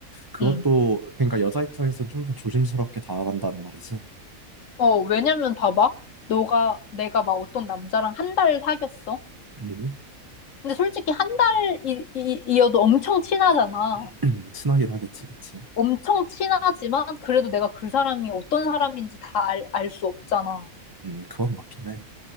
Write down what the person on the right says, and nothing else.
그것도
그러니까 여자 입장에서는 좀 더 조심스럽게 다가간다는 말이지.
음.
<clears throat> 친하긴 하겠지, 그치?
음, 그건 맞긴 해.